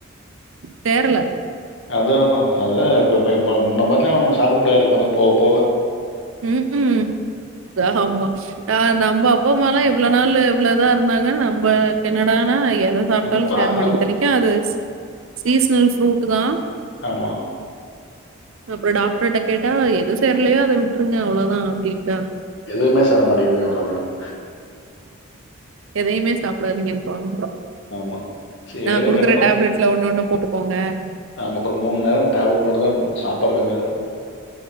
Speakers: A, on the right; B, on the left.
A: தேரல
B: அத்தா அத்தா அதுதா இப்ப பா.. முன்ன மாரில நம்ம சாப்ட முடியாட்டுக்கு பக்க போ போவ
A: உம் ஹும் ஹாமா ஆஹ் நம்ப அப்பாமாலா எவ் இவ்ள நாள்ளு இவ்ளதா இருந்தாங்க நம்பக்கு என்னடானா ஆ எத சாப்ட்டாலூ
B: நம்ம பாத்துல
A: சேர மாடிக்கு இத்தனைக்கு அது ஸ் சீஸ்னல் ஃப்ரூட் தா
B: ஆமா
A: அப்றோ டாக்டர்ட்ட கேட்டா எது சேர்லையோ அத விட் ட்ருங்க அவ்ளதா அப்டின்
B: எதுவுமே சேர மாட்டிகுதுங்க <unintelligible> மேடம்
A: எதயுமே சாப்டாதீங்கன்று வாங்க அப்றோ
B: ஆமா சேர்
A: நா குடுக்குற
B: அப்ப என்ன பண்றத்
A: டேப்லெட்ல ஒண்ணு ஒண்ணு போட்டுக்கோங்க
B: ஆம அப்றோ மூண் நேரமு டேப்லெட் மட்டு தா இருக்கு சாப்பாடு கம்மியா தாருக்கு